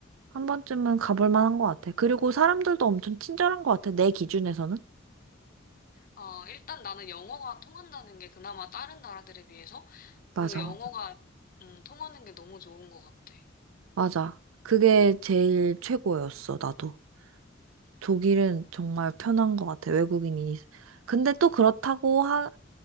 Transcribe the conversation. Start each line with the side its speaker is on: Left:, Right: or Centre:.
Right: 한 번쯤은 가볼 만한 것 같아. 그리고 사람들도 엄청 친절한 것 같아, 내 기준에서는.
Left: 아, 일단 나는 영어가 통한다는 게 그나마 다른 나라들에 비해서 그
Right: 맞아.
Left: 영어가 음, 통하는 게 너무 좋은 것 같아.
Right: 맞아. 그게 제일 최고였어, 나도. 독일은 정말 편한 것 같아, 외국인이. 근데 또 그렇다고 하,